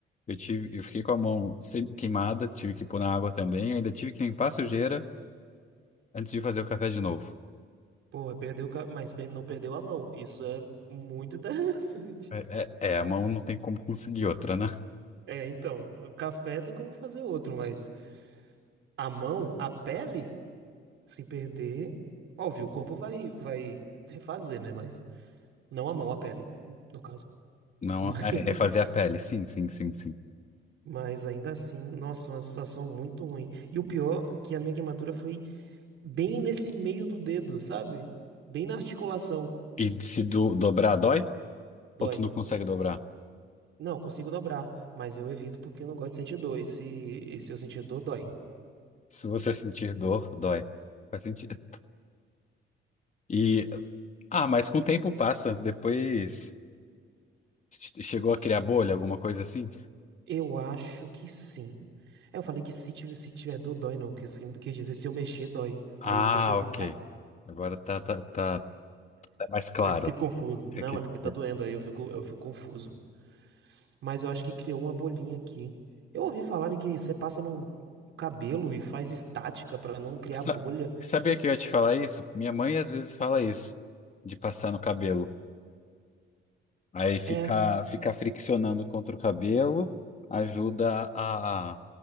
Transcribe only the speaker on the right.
Pô, perdeu, o ca- mas per- não perdeu a mão. Isso é muito <laughs> interessante.
É, então, o café tem como fazer outro, mas a mão, a pele? Se perder, óbvio, o corpo vai vai refazer, né? Mas não a mão, a pele, no caso.
<laughs> Mas
mas ainda assim, nossa, uma sensação muito ruim. E o pior é que a minha queimadura foi bem nesse meio do dedo, sabe? Bem na articulação.
Dói.
Não, eu consigo dobrar, mas eu evito porque eu não gosto de sentir dor. E se, e se eu sentir dor, dói.
Eu acho que sim. É, eu falei que se tiver, se tiver dor, dói, não. Quis, quis dizer se eu mexer, dói.
Aí eu tento evitar.
Eu fiquei
confuso.
Não,
é porque tá
doendo, aí eu fico, eu fico confuso. Mas eu acho que criou uma bolinha aqui. Eu ouvi falar que você passa no cabelo e faz estática pra
não criar
bolha.
É,